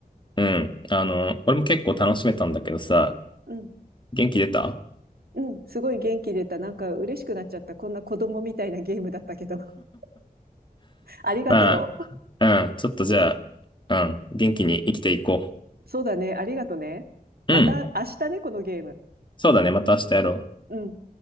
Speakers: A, on the left (about 30°); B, on the right (about 80°).
A: うん。あの、俺も結構楽しめたんだけどさ、
B: うん。
A: 元気出た
B: うん。すごい元気出た。なんか嬉しくなっちゃった。こんな子供みたいなゲームだったけど。<laughs> ありがと
A: まあ、うん。ちょっとじゃあ、うん。元気に生きていこ
B: う。うん。そうだね。ありがとね。また明日ね、
A: う。うん。
B: このゲーム。
A: そうだね。また明日やろう。
B: うん。